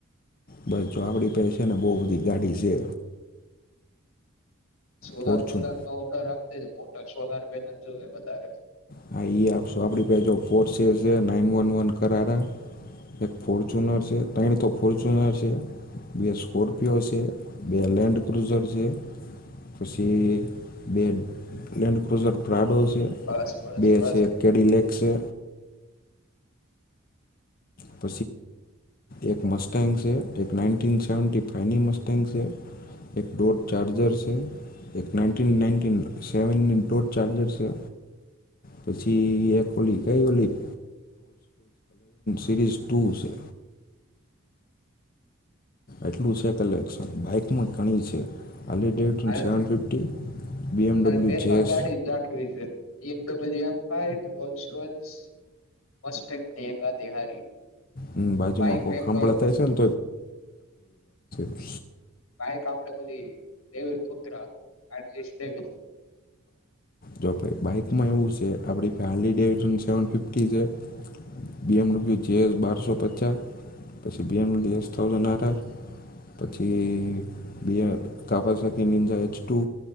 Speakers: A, on the left; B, on the left.
A: બસ, જો આપડી પાહે છે ને બહુ બધી ગાડી છે.
B: સોલાત
A: ફોર્ચ્યુન
B: બોલાદ નો ઓર્ડર આપ. મોટા સોલાર પેનલ જોવે વધારે.
A: હા આપશો આપડી ફોર્સે છે નાઈન વન વન કરારા એક ફોર્ચુનર છે. ત્રણ તો ફોર્ચુનર છે. બે સ્કોર્પિયો છે. બે લેન્ડ કુઝર છે. પછી બે લેન્ ક્રુઝરાડો
B: બસ. બસ
A: બે
B: બસ
A: છે કેડીલેક છે. પ એક મ છે. એક ના સેવ ફની મ છે. એકો ચાર્જર છે. એક ના ના સેવની ચાર્જર છે. પછી એક ઓલી કઈ ઓલીલ્. સિરીઝ ટુ છે. એટલું છે કલેક્શન બાઇકમાં ઘણી છે. અલી ડેટ
B: મારે
A: સેવન ફિફ્ટી બી એમડબલ્યુ
B: બે
A: જે
B: ત્રણ
A: એસ.
B: ગાડી રાખવી છે <unintelligible>
A: હમ બાજુ
B: બાઈક
A: માં
B: એક
A: <inaudible> <inaudible>
B: બાઈક આપડે પેલી ડેવિડ પુત્ર <unintelligible>
A: જો ભાઈ બાઈકમાં એવું છે, આપડી હડેવન સેવન ફિફ્ટી છે, બી એમ ડબલુ જેસ બારસો પચાસ પછી B M blue S thousand R R પછી બ Kawasaki Ninja H two